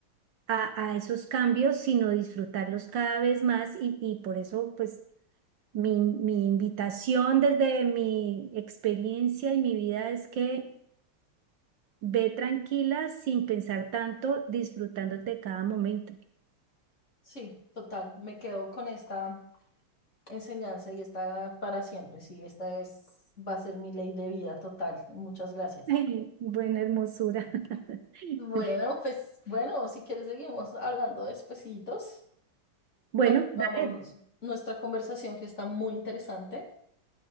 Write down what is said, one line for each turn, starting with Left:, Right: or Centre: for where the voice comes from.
Right: a, a esos cambios, sino disfrutarlos cada vez más y, y por eso, pues, mi, mi invitación desde mi experiencia y mi vida es que ve tranquila sin pensar tanto, disfrutándote cada momento.
Left: Sí, total, me quedo con esta enseñanza y está para siempre. Sí, esta es, va a ser mi ley de vida total. Muchas gracias.
Right: <laughs> Buena hermosura. <laughs>
Left: Bueno, pues bueno, si quieres seguimos hablando despesitos.
Right: Bueno,
Left: Continuamos
Right: dale.
Left: nuestra conversación que está muy interesante.